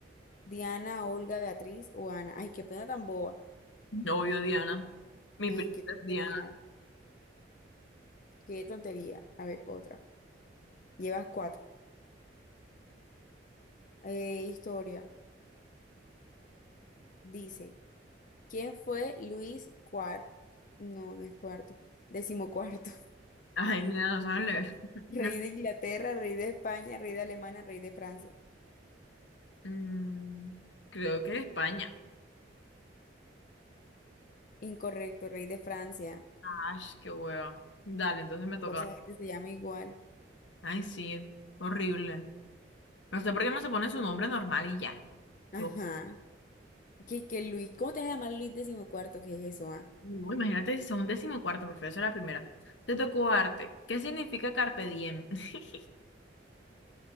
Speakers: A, on the left; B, on the left.
A: Diana, Olga, Beatriz o Ana. Ay, qué pena tan boba.
B: Novio Diana. Mi
A: Ay,
B: princesa
A: qué tontería.
B: Diana.
A: Qué tontería. A ver, otra. Llevas cuatro. Eh, historia. Dice, ¿quién fue Luis cuarto? No, no es cuarto. Decimocuarto.
B: Ay, nena, no sabes leer.
A: <laughs>
B: <laughs>
A: Rey
B: No.
A: de Inglaterra, rey de España, rey de Alemania, rey de Francia.
B: Mm, creo que España.
A: Incorrecto, rey de Francia.
B: Ay, qué hueva. Dale, entonces me toca.
A: Toda esa gente se llama igual.
B: Ay, sí, horrible. No sé por qué no se pone su nombre normal y ya.
A: Ajá.
B: yo hueva.
A: ¿Qué, qué Luis? ¿Cómo te vas a llamar Luis decimocuarto? ¿Qué es eso, ah?
B: No, imagínate si son un décimo cuarto, prefiero ser la primera. Te tocó arte. ¿Qué significa carpe diem? <laughs>